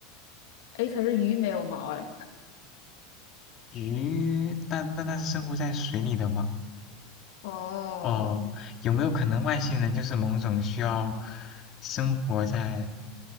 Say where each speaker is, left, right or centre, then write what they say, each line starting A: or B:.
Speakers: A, on the left (about 65°); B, on the left (about 40°).
A: 哎，可是鱼没有毛哎。
B: 鱼，但但那是生活在水里的嘛？
A: 哦
B: 哦，有没有可能外星人就是某种需要生活在